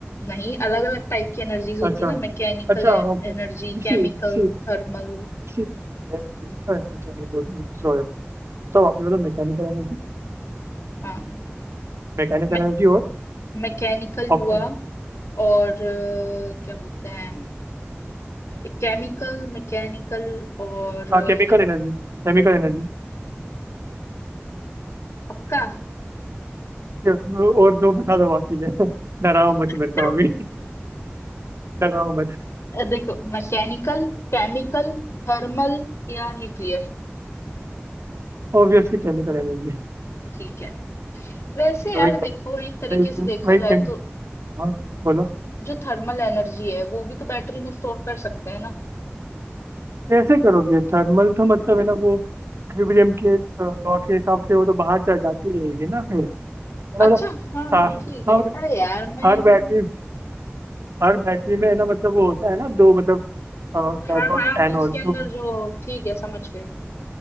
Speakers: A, on the left; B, on the right.
A: नहीं अलग अलग टाइप की एनर्जीज होती
B: अच्छा
A: है ना मैकेनिकल
B: अच्छा ओके
A: एनर्जी
B: DC
A: केमिकल
B: DC
A: थर्मल
B: DC अच्छा नहीं बोल सॉरी तो आपने बोला मैकेनिकल एनर्जी
A: हाँ
B: मैकेनिकल
A: मे,
B: एनर्जी और
A: मैकेनिकल हुआ
B: ऑप्शन
A: और अ, क्या बोलते हैं केमिकल मैकेनिकल और
B: हाँ
A: अ,
B: केमिकल एनर्जी केमिकल एनर्जी
A: पक्का
B: और दो बता दो बाकी के <laughs> डराओ मत
A: <laughs>
B: मेरे तो अभी डराओ मत
A: देखो मैकेनिकल केमिकल थर्मल या न्यूक्लियर
B: Obviously chemical energy
A: ठीक है वैसे यार
B: वही क्या
A: देखो एक तरीके
B: वही
A: से देखा
B: वही केम
A: जाए तो
B: हाँ बोलो
A: जो थर्मल एनर्जी है वो भी तो बैटरी में स्टोर कर सकते हैं ना
B: कैसे करोगे थर्मल तो मतलब है ना वो इक्विलिब्रियम के लॉ के हिसाब से वो तो बाहर चल जाती रहेगी ना फिर है ना
A: अच्छा
B: मतलब
A: हाँ
B: हाँ हाँ,
A: ठीक है
B: मतलब
A: अरे यार मैं
B: हर बैटरी
A: मैं
B: हर बैटरी में है ना मतलब वो होता है ना दो मतलब कैथोड
A: हाँ हाँ वो
B: एनोड
A: उसके अंदर
B: तो वो
A: जो ठीक है समझ गए